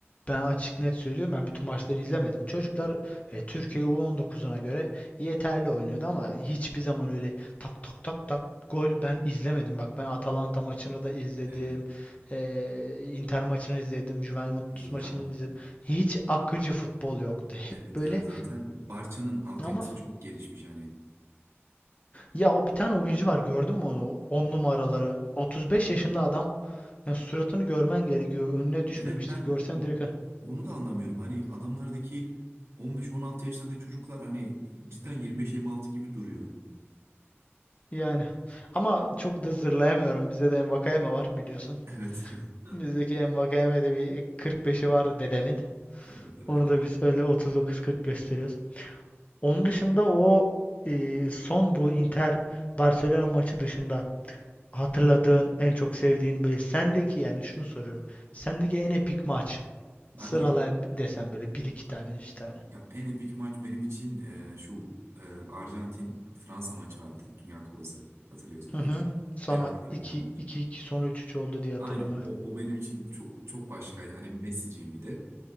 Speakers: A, on the left; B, on the right.
A: ben açık net söylüyorum ben bütün maçları izlemedim. Çocuklar e, Türkiye U19'una göre yeterli oynuyordu ama hiçbir zaman öyle tak tak tak tak gol ben izlemedim. Bak ben Atalanta maçını da izledim.
B: Evet.
A: E, Inter maçını izledim. Juventus
B: İyi
A: maçını
B: ya.
A: izledim. Hiç akıcı futbol yoktu. Hep
B: Evet
A: böyle
B: ya zaten Barça'nın altyapısı
A: ama
B: çok gelişmiş hani.
A: ya o bir tane oyuncu var gördün mü onu? On numaraları 35 yaşında adam. Ya suratını görmen gerekiyor. Önüne düşmemiştir.
B: Evet ben
A: Görsen
B: onu
A: direkt
B: onu da anlamıyorum. Hani adamlardaki 15-16 yaşlarındaki çocuklar hani cidden 25-26 gibi duruyor.
A: Yani. Ama çok da zırlayamıyorum. Bizde de Envakayeme var biliyorsun.
B: Evet. <laughs>
A: Bizdeki Envakayeme'de bir 45'i var dedemin.
B: Evet evet.
A: Onu da biz öyle 39-40 gösteriyoruz. Onun dışında o e, son bu Inter Barcelona maçı dışında hatırladığın en çok sevdiğin böyle sendeki yani şunu soruyorum. Sendeki en epik maç
B: Bendeki
A: sıralay desem böyle bir iki tane 3 tane.
B: ya en epik maç benim için e, şu e, Arjantin Fransa maçı vardı Dünya Kupası. Hatırlıyorsan
A: Hı hı.
B: üç üç
A: Sonra
B: penaltılara
A: iki
B: giden maç.
A: iki iki sonra üç üç oldu diye hatırlıyorum
B: Aynen
A: evet.
B: o o benim için çok çok başkaydı. Hani Messi'ciyim bir de.